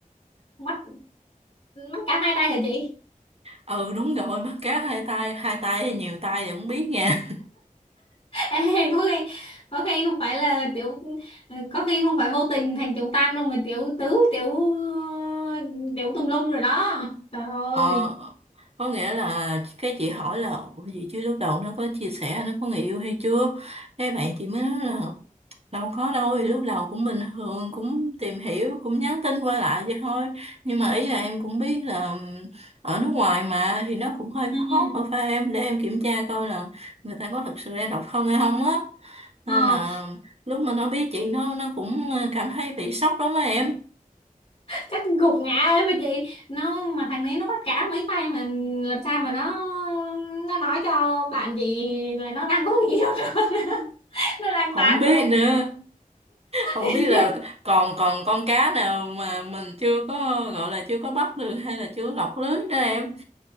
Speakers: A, on the left (about 35°); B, on the right (about 45°).
A: bắt, bắt cả hai tay hả chị?
B: ừ đúng rồi bắt cá hai tay hai tay hay nhiều tay thì không biết nha
A: <laughs> Ê, có khi, có khi không phải là tiểu, có khi không phải vô tình thành tiểu tam đâu mà tiểu tứ, tiểu, ờ, tiểu tùm lum rồi đó. Trời ơi.
B: Ờ, có nghĩa là cái chị hỏi là Ủa gì chứ lúc đầu nó có chia sẻ nó có người yêu hay chưa Cái bạn chị mới nói là đâu có đâu thì lúc đầu cũng bình thường cũng tìm hiểu cũng nhắn tin qua lại vậy thôi nhưng mà ý là em cũng biết là ở nước ngoài mà thì nó cũng hơi
A: Ừ,
B: khó
A: ừ.
B: mà phải em để em kiểm tra coi là người ta có thật sự đang độc thân hay không á nên
A: ờ.
B: là lúc mà nó biết chuyện đó nó cũng ờ, cảm thấy bị sốc lắm á em
A: chắc gục ngã ấy mà chị nó mà thằng đấy nó bắt cá mấy tay mà làm sao mà nó nó nói cho bạn chị là nó đang có người yêu rồi <laughs> nó đang
B: không
A: tán
B: biết
A: mà
B: nữa không
A: <laughs>
B: biết là còn còn con cá nào mà mình chưa có gọi là chưa có bắt được hay là chưa lọc lưới đó em